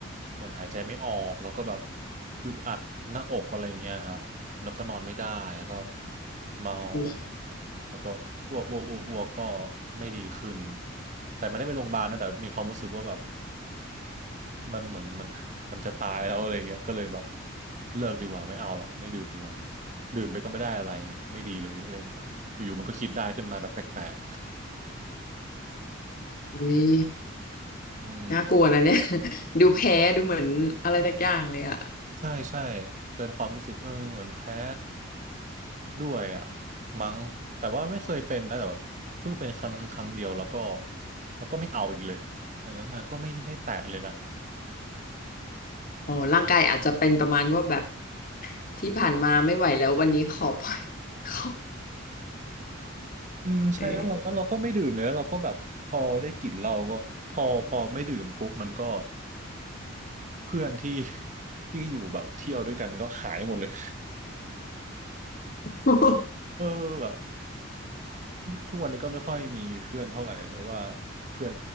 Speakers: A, on the right; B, on the left.
A: เหมือนหายใจไม่ออกแล้วก็แบบอึดอัดหน้าอกอะไรเงี้ยครับแล้วก็นอนไม่ได้แล้วก็เมาอะไรเงี้ยแล้วก็อ้วกอ้วกอ้วกอ้วกก็
B: วิวย
A: ไม่ดีขึ้นแต่ไม่ได้ไปโรงพยาบาลนะแต่มีความรู้สึกว่าแบบมันเหมือนมันมันจะตายแล้วอะไรเงี้ยก็เลยแบบเลิกดีกว่าไม่เอาละไม่ดื่มดีกว่าดื่มไปก็ไม่ได้อะไรไม่ดีเลยอะไรเงี้ยอยู่ๆมันก็คิดได้ขึ้นมาแบบแปลก
B: อุ๊ย
A: ๆอืม
B: น่ากลัวนะเนี่ย <laughs> ดูแพ้ดูเหมือนอะไรสักอย่างเลยอะ
A: ใช่ใช่เป็นความรู้สึกเออเหมือนแพ้ด้วยอ่ะมั้งแต่ว่าไม่เคยเป็นนะแต่แบบเพิ่งเป็นครั้งนั้นครั้งเดียวแล้วก็แล้วก็ไม่เอาอีกเลยดังนั้นมาก็ไม่ไม่แตะเลยนะ
B: อ๋อร่างกายอาจจะเป็นประมาณว่าแบบที่ผ่านมาไม่ไหวแล้ววันนี้ขอปล่อย <laughs> ขอ
A: อืมใช่แล้วเราก็เราก็ไม่ดื่มเลยแล้วเราก็แบบพอได้กลิ่นเราก็พอพอไม่ดื่มปุ๊บมันก็
B: เออ
A: เพื่อนที่ <laughs> ที่อยู่แบบเที่ยวด้วยกันก็หายหมดเลย
B: <laughs>
A: เออแบบทุกวันนี้ก็ไม่ค่อยมีเพื่อนเท่าไหร่แบบว่าเพื่อน